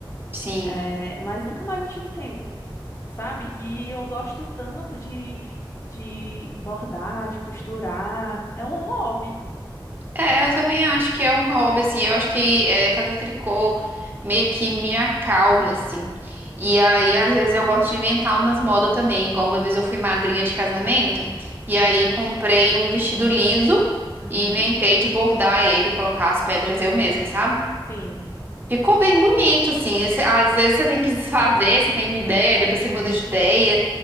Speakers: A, on the right (about 25°); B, on the left (about 35°).
A: Sim.
B: É, mas nunca mais eu tive tempo, sabe? E eu gosto tanto de, de bordar, de costurar. É um hobby.
A: É, eu também acho que é um hobby, assim. Eu acho que é, fazer tricô meio que me acalma, assim. E aí, às vezes, eu gosto de inventar umas modas também. Igual uma vez eu fui madrinha de casamento,
B: Sim.
A: e aí comprei um vestido liso
B: Uhum.
A: e inventei de bordar ele, colocar as pedras eu mesma, sabe?
B: Sim,
A: Ficou bem bonito, assim. Esse- Às vezes você tem que desfazer, você tem uma ideia, e depois você muda de ideia